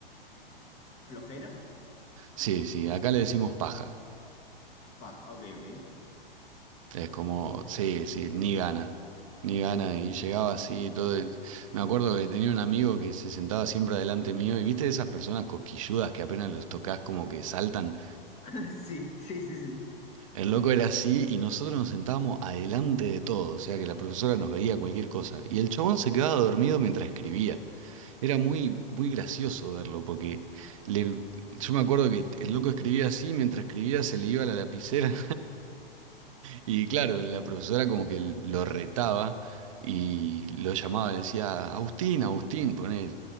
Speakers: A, on the left (about 20°); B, on the right (about 35°).
A: flojera,
B: sí, sí, acá le decimos paja.
A: paja. Ok, ok.
B: Es como, sí, sí, ni gana, ni gana. Y llegaba así, todo. el- Me acuerdo que tenía un amigo que se sentaba siempre adelante mío. Y viste esas personas cosquilludas que apenas los tocas, como que saltan.
A: <laughs> Sí, sí, sí, sí.
B: El loco era así y nosotros nos sentábamos adelante de todo. O sea que la profesora nos veía cualquier cosa. Y el chabón se quedaba dormido mientras escribía. Era muy, muy gracioso verlo porque le... yo me acuerdo que el loco escribía así, mientras escribía se le iba la lapicera Y claro, la profesora como que lo retaba y lo llamaba, le decía, Agustín, Agustín, poné.